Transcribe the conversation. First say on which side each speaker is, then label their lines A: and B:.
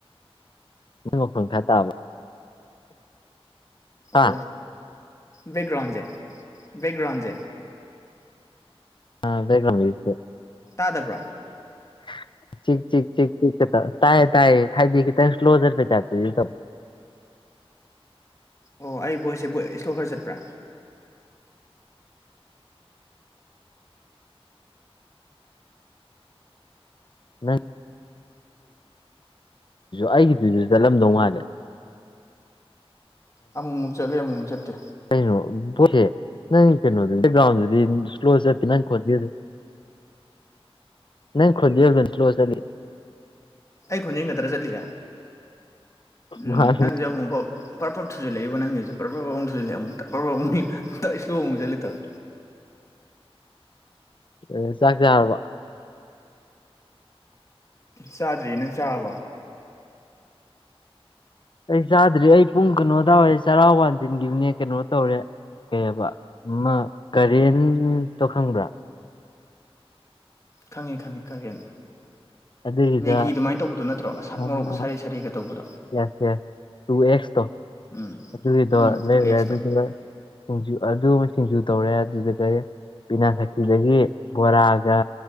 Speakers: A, on the left; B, on the left.
A: ꯅꯣꯏ ꯃꯈꯐꯝ ꯈꯔ ꯇꯥꯕ
B: ꯑꯣ
A: ꯍꯥ
B: ꯕꯦꯛꯒ꯭ꯔꯥꯎꯟꯁꯦ ꯕꯦꯛꯒ꯭ꯔꯥꯎꯟꯁꯦ
A: ꯑ ꯕꯦꯒ꯭ꯔꯝꯁꯦ
B: ꯇꯥꯗꯕ꯭ꯔꯣ
A: <unintelligible> ꯆꯤ ꯆꯤ ꯆꯤ ꯆꯤ ꯇꯥ ꯇꯥꯌꯦ ꯊꯥꯏꯗꯤꯈꯤꯇ ꯁ꯭ꯂꯣꯖꯔ ꯄ ꯆꯦ <unintelligible>
B: ꯑꯣ ꯑꯩ ꯕꯣꯏꯁꯦ ꯕꯣꯏ ꯏꯁꯇꯣ ꯈꯔ ꯆꯠꯄ꯭ꯔꯥ
A: ꯅꯪ ꯑꯩꯒꯤꯗꯨ ꯆꯠꯂꯝꯗꯧ ꯃꯥꯥꯜꯂꯦ <unintelligible>
B: ꯑꯃꯨꯛꯃꯨꯛ ꯆꯠꯂꯦ ꯑꯃꯨꯛꯃꯨꯛ ꯆꯠꯇꯦ
A: ꯀꯩꯅꯣ ꯄꯣꯠꯁꯦ ꯅꯪ ꯀꯩꯅꯣꯗꯨꯗꯤꯦꯛꯒ꯭ꯔꯥꯎꯟꯗꯨꯗꯤ ꯁ꯭ꯂꯣ ꯆꯠꯇꯦ ꯅꯪ ꯈꯣꯠꯇꯦ ꯅ ꯈꯣꯗꯤ ꯆ
B: ꯑꯩ ꯈꯣꯟꯖꯦꯜ ꯈꯛꯇ꯭ꯔ ꯆꯠꯂꯤꯁꯦ ꯎꯝ
A: ꯃꯥꯅꯤ
B: ꯅꯪꯁꯨꯦ ꯑꯃꯨꯛ ꯄꯥꯎ ꯄꯔ ꯄꯂ ꯊꯨꯖꯜꯂꯛꯏꯕ ꯅꯪꯒꯤꯁꯦ ꯄꯔ ꯄꯐꯛ ꯑꯃꯨ ꯊꯨꯖꯜꯂꯛꯑꯦꯨꯛꯇꯛ ꯄꯔꯐꯞ ꯑꯃꯨꯛꯨꯛ ꯏꯁꯂꯣꯨꯛ ꯆꯂꯦ ꯇꯧꯦ
A: ꯑꯦ ꯆꯥꯛ ꯆꯥꯔꯕ
B: ꯆꯥꯗ꯭ꯔꯤꯌꯦ ꯅꯪ ꯆꯥꯕ
A: ꯑꯩ ꯆꯥꯗ꯭ꯔꯤ ꯑꯩ ꯄꯨꯡ ꯀꯩꯅꯣ ꯇꯥꯔꯦ ꯆꯔꯥ ꯋꯥꯥꯟꯁꯤꯟꯈꯤꯕꯅꯦ ꯀꯩꯅꯣ ꯇꯧꯔꯦ ꯀꯩꯕ ꯀꯔꯦꯟ ꯇꯣ ꯈꯪꯕ꯭ꯔꯥ
B: ꯈꯪꯉꯤ ꯈꯪꯉꯤ ꯀꯥꯔꯦꯟ
A: ꯑꯗꯨꯒꯤꯗ
B: ꯃꯦꯒꯤ ꯑꯗꯨꯃꯥꯏꯅ ꯇꯧꯕꯗꯣ ꯅꯠꯇ꯭ꯔꯣꯁ
A: ꯌꯦꯁ
B: ꯃꯣꯔꯣꯛ ꯁꯥꯔ ꯁꯥꯔꯒ ꯇꯧꯕꯗꯣ
A: ꯌꯦꯁ ꯇꯨ ꯑꯦꯛꯁꯇꯣ
B: ꯎꯝ
A: ꯑꯗꯨꯒꯤꯗꯣ
B: ꯎꯝ
A: ꯂꯩꯔꯔꯦ
B: ꯇꯨ ꯑꯦꯛꯁꯇꯣ
A: ꯑꯗꯨꯗꯨ ꯁꯤꯡꯖꯨ ꯑꯗꯨ ꯑꯃ ꯁꯤꯡꯖꯨ ꯇꯧꯔꯦ ꯑꯗꯨꯗꯨꯒ ꯄꯕꯤꯅꯥ ꯁꯈꯤꯗꯒꯤ ꯕꯣꯔꯥꯒ